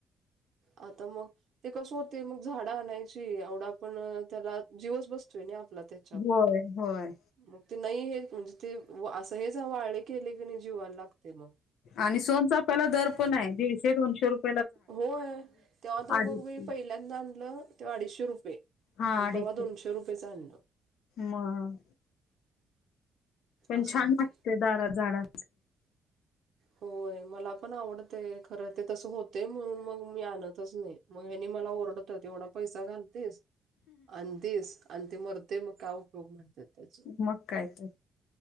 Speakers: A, on the right; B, on the left.
A: आता मग ते कसं होते मग झाडं आणायची एवडा पण त्याला जीवच बसतोय नाही आपला त्या
B: होय होय
A: मग ते नाही हे म्हणजे ते असं हेचवं आले केले की नाही जीवायला लागते मग
B: आणि सोनचा आपल्याला दर पण आहे दीडशे दोनशे रुपये
A: होय तेव्हा तर
B: अडीचशे
A: बघ मी पहिल्यांदा आणलं तेव्हा अडीचशे रुपये
B: हा
A: आणि
B: अडीचशे
A: परवा दोनशे रुपयेच आणलं
B: मग पण
A: असं
B: छान
A: होते
B: लागते दारात झाडां
A: होय मला पण आवडतय खरं ते तसं होतेय म्हणून मग मी आणतच नाही मग हनी मला ओरडत तेवढा पैसा घालतेस आणितीस आणि ते मरतेय मग का उपयोग म्हणतात त्याच
B: मग काय तर